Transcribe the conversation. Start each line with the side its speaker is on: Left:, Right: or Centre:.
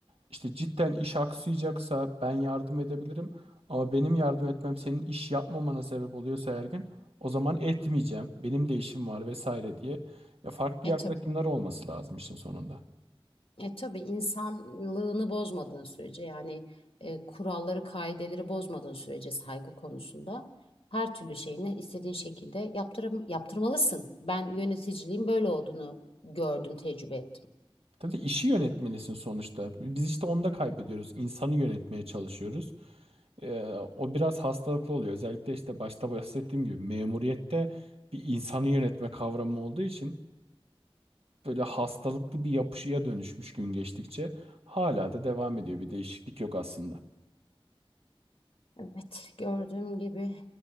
Right: İşte cidden iş aksayacaksa ben yardım edebilirim. Ama benim yardım etmem senin iş yapmamana sebep oluyorsa her gün o zaman etmeyeceğim. Benim de işim var vesaire diye. Ya farklı
Left: E
Right: yaklaşımlar
Left: tabii.
Right: olması lazım işin sonunda.
Left: E tabii insanlığını bozmadığın sürece yani e, kuralları, kaideleri bozmadığın sürece saygı konusunda her türlü şeyini istediğin şekilde yaptırım, yaptırmalısın. Ben yöneticiliğin böyle olduğunu gördüm, tecrübe ettim.
Right: Tabii işi yönetmelisin sonuçta. Biz işte onda kaybediyoruz. İnsanı yönetmeye çalışıyoruz. Ee, o biraz hastalıklı oluyor. Özellikle işte başta bahsettiğim gibi memuriyette bir insanı yönetme kavramı olduğu için böyle hastalıklı bir yapışıya dönüşmüş gün geçtikçe hala da devam ediyor. Bir değişiklik yok aslında.
Left: Evet, gördüğüm gibi